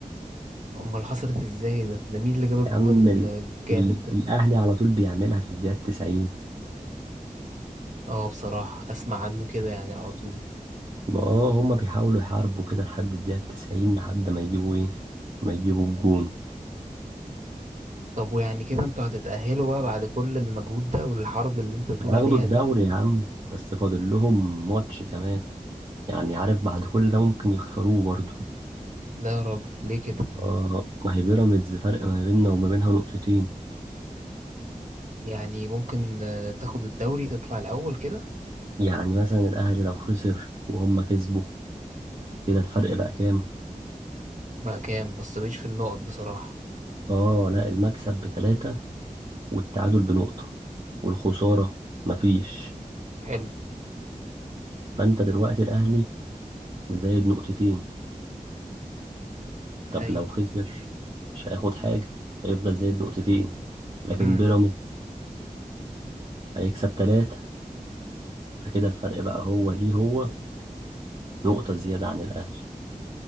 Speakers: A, on the right; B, on the right.
A: امال حصلت ازاي ده ده مين اللي جاب الجون
B: يا عم ال...
A: الجامد
B: ال...
A: ده
B: الاهلي على طول بيعملها في الدقيقه 90
A: اه بصراحة اسمع عنه كده يعني على طول
B: اه هما بيحاولوا يحاربوا كده لحد الدقيقه 90 لحد ما يجيبوا ايه ما يجيبوا الجون
A: طب ويعني كده انتوا هتتأهلوا بقى بعد كل المجهود ده والحرب اللي انت بتقول
B: هياخدوا
A: عليها
B: الدوري
A: دي
B: يا عم بس فاضل لهم ماتش كمان يعني عارف بعد كل ده ممكن يخسروه برضه
A: لا يا راجل ليه كده
B: اه ما هي بيراميدز فرق ما بيننا وما بينها نقطتين
A: يعني ممكن آه، تاخد الدوري تطلع الاول كده
B: يعني مثلا الاهلي لو خسر وهم كسبوا كده الفرق بقى كام
A: بقى كام بس مش في النقط بصراحة
B: اه لا المكسب بتلاتة والتعادل بنقطة والخسارة مفيش
A: حلو
B: فانت دلوقتي الاهلي زايد نقطتين طب
A: أيوة
B: لو خسر مش هياخد حاجة هيفضل زايد نقطتين لكن
A: امم
B: بيراميدز هيكسب تلاتة فكده الفرق بقى هو ليه هو نقطة زيادة عن الاهلي